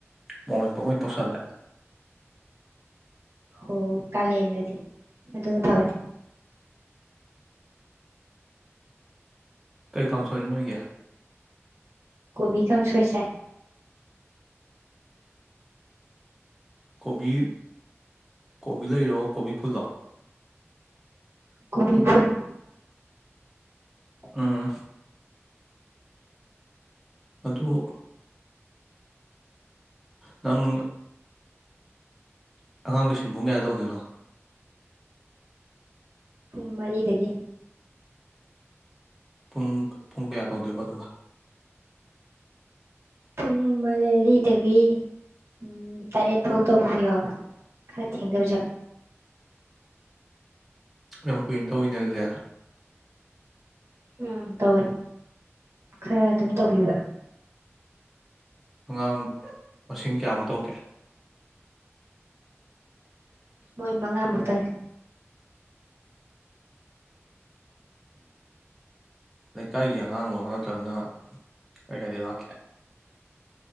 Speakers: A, in the centre; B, on the right.
A: ꯃꯣꯔꯣꯛ ꯃꯦꯠꯄ ꯑꯣꯏ ꯇꯧꯁꯤꯜꯂꯦ
B: ꯍꯣ ꯀꯥꯂꯦꯟꯗꯗꯤ ꯑꯗꯨꯅ ꯐꯕꯅꯦ
A: ꯀꯩ ꯀꯥꯡꯁꯣꯏꯅꯣ ꯅꯣꯏꯒꯤ
B: ꯀꯣꯕꯤ ꯀꯥꯡꯁꯣꯏ ꯆꯥꯏ
A: ꯀꯣꯕꯤ ꯀꯣꯕꯤ ꯂꯩꯔꯣ ꯀꯣꯕꯤ ꯐꯨꯜꯂꯣ
B: ꯀꯣꯕꯤ ꯐꯨꯟ
A: ꯎꯝ ꯑꯗꯨ ꯅꯪ ꯑꯉꯥꯡꯗꯣ ꯁꯤꯟꯕꯨꯡ ꯀꯌꯥꯗ ꯇꯧꯗꯣꯏꯅꯣ
B: ꯄꯨꯡ ꯃꯔꯤꯗꯒꯤ
A: ꯄꯨꯡ ꯄꯨꯡ ꯀꯌꯥ ꯇꯧꯗꯣꯏꯕ ꯑꯗꯨꯒ
B: ꯄꯨꯡ ꯃꯔꯤꯗꯒꯤ ꯎꯝ ꯇꯔꯦꯠ ꯐꯥꯎ ꯇꯧꯕꯁꯨ ꯌꯥꯎꯋꯦ ꯈꯔ ꯊꯦꯡꯗꯕꯁꯨ ꯌꯥꯎꯋꯦ
A: ꯌꯥꯝ ꯀꯨꯏꯟ ꯇꯧꯏꯅꯦ ꯑꯗꯨꯗꯤ
B: ꯎꯝ ꯇꯧꯋꯦ ꯈꯔ ꯑꯗꯨꯝ ꯇꯧꯕꯤꯕ
A: ꯑꯉꯥꯡ ꯃꯁꯤꯡ ꯀꯌꯥꯃꯨꯛ ꯇꯧꯒꯦ
B: ꯃꯣꯏ ꯃꯉꯥꯃꯨꯛꯇꯪꯅꯤ
A: ꯂꯩꯀꯥꯏꯒꯤ ꯑꯉꯥꯡꯂꯣ ꯅꯠꯇ꯭ꯔꯒꯅ ꯀꯥꯏ ꯀꯥꯏꯗꯩꯩ ꯂꯛꯀꯦ